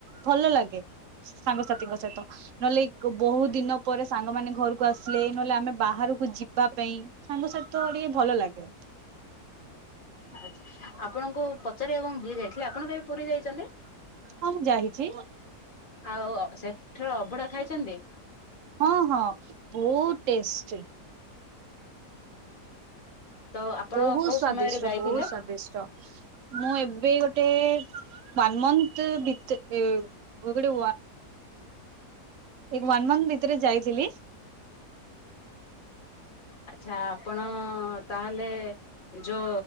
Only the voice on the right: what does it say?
ଭଲ ଲାଗେ ସାଙ୍ଗସାଥିଙ୍କ ସହିତ ନହେଲେ ବହୁ ଦିନ ପରେ ସାଙ୍ଗମାନୋନ ଘରକୁ ଆସିଲେ ନହେଲେ ଆମେ ବାହାରକୁ ଯିବା ପାଇଁ ସାଙ୍ଗସାଥି ତ ଟିକେ ଭଲ ଲାଗେ
ହଁ ମୁଁ ଯାଇଛି
ହଁ ହଁ ବହୁତ ଟେଷ୍ଟି
ବହୁତ
ସ୍ଵାଦିଷ୍ଟ
ବହୁତ ସ୍ଵାଦିଷ୍ଟ ମୁଁ ଏବେ ଗୋଟେ ୱାନ ମନ୍ଥ ଭିତରେ ଗୋଟେ ୱାନ ମୋନ୍ଥ ଭିତରେ ଯାଇଥିଲି।